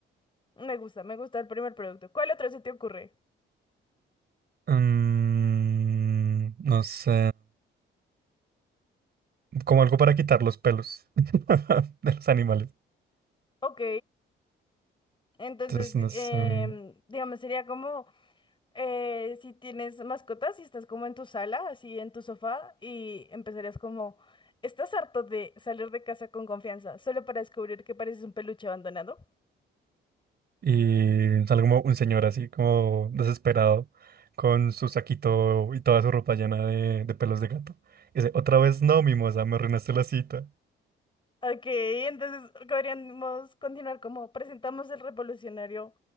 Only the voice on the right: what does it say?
Mm, no sé. Como algo para quitar los pelos <laughs> de los animales.
Entonces,
no sé,
mm,
y sale como un señor así, como desesperado, con su saquito y toda su ropa llena de, de pelos de gato. Y dice, otra vez no, mimosa, me arruinaste la cita.